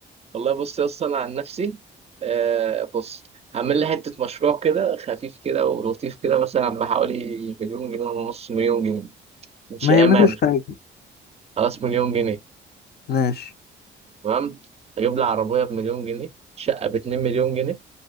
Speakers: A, on the right; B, on the left.
A: والله بص يا اسطى انا عن نفسي آه بص هعمل لي حته مشروع كده خفيف كده ولطيف كده مثلا بحوالي مليون جنيه ونص مليون جنيه شقه
B: ما يعملوش
A: مال
B: حاجة
A: خلاص مليون جنيه
B: ماشي
A: تمام اجيب لي عربيه بمليون جنيه شقه باتنين مليون جنيه